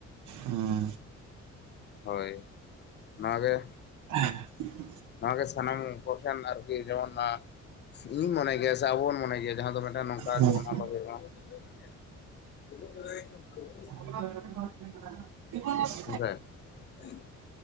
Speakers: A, on the right (about 80°); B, on the left (about 35°).
A: ᱦᱩᱸ
B: ᱦᱳᱭ, ᱱᱚᱣᱟ ᱜᱮ
A: <unintelligible>
B: ᱱᱚᱣᱟ ᱜᱮ ᱥᱟᱱᱟᱢ ᱠᱚᱴᱷᱮᱱ ᱟᱨᱠᱤ ᱡᱮᱢᱚᱱ. ᱟᱸ ᱤᱧ ᱢᱚᱱᱮ ᱜᱮᱭᱟ ᱥᱮ ᱟᱵᱚ ᱵᱚᱱ ᱢᱚᱱᱮ ᱜᱮᱭᱟ, ᱡᱟᱦᱟᱸ ᱫᱚ ᱢᱤᱫᱴᱮᱱ ᱱᱚᱝᱠᱟ
A: ᱦᱮᱸ
B: ᱡᱮᱢᱚᱱ
A: ᱦᱮᱸ
B: ᱟᱞᱚ ᱦᱩᱭᱩᱜ ᱢᱟ ᱾ <unintelligible>
A: <unintelligible> <unintelligible>
B: ᱦᱮᱸᱥᱮ? <unintelligible>